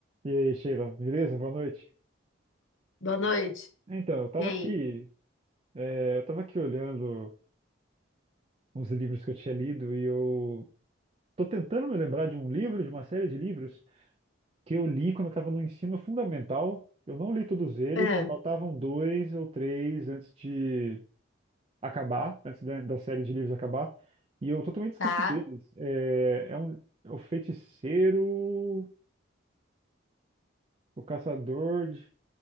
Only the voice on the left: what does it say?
Boa noite.
E aí?
É,
Tá?